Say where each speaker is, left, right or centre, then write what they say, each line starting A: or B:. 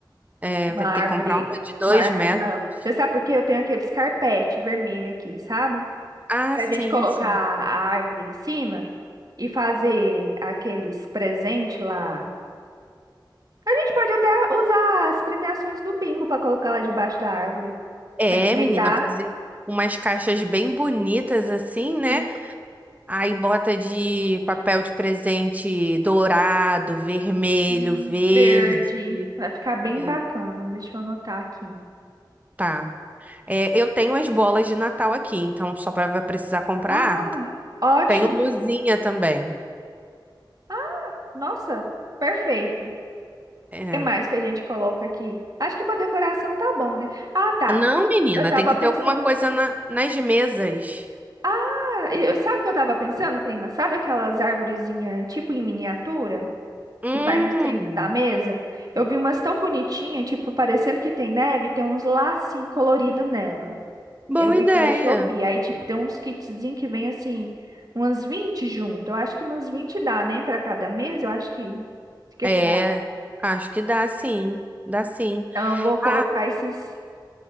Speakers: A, on the right; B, on the right.
A: é,
B: uma
A: vai
B: árvore,
A: ter que comprar uma de dois
B: uma árvore
A: metros.
B: maior. Você sabe por quê? Eu tenho aqueles carpete vermelho aqui, sabe?
A: Ah,
B: pra
A: sim,
B: gente colocar
A: sim.
B: a árvore em cima e fazer aqueles presentes lá. A gente pode até usar as premiações do bingo para colocar lá debaixo da árvore,
A: É,
B: para enfeitar.
A: menina, fazer umas caixas bem bonitas assim, né?
B: Sim,
A: Aí bota de papel de presente dourado, vermelho,
B: em
A: verde.
B: verde. Vai ficar bem
A: É,
B: bacana. Deixa eu anotar aqui.
A: tá. É, eu tenho as bolas de Natal aqui, então só pra- vai precisar comprar
B: Ah,
A: a árvore.
B: ótimo.
A: Tenho luzinha também.
B: ah Nossa, perfeito. O
A: É.
B: que mais que a gente coloca aqui? Acho que para decoração tá bom, né? Ah, tá.
A: Não, menina,
B: Eu tava
A: tem que
B: pensando
A: ter alguma coisa na- nas mesas.
B: Ah, e eu, sabe o que eu tava pensando, prima? Sabe aquelas arvorezinhas, tipo em miniatura,
A: Hum,
B: que vai no centro da mesa? Eu vi umas tão bonitinhas, tipo, parecendo que tem neve, e tem uns lacinhos coloridos nela.
A: boa
B: Eu vi
A: ideia.
B: pela Shopee, aí, tipo, tem uns kitzinhos que vem, assim, umas 20 junto. Eu acho que umas 20 dá, né, pra cada mesa, eu acho que... O que
A: É,
B: que você acha?
A: acho que dá sim, dá sim.
B: Então, eu vou colocar
A: Ah,
B: esses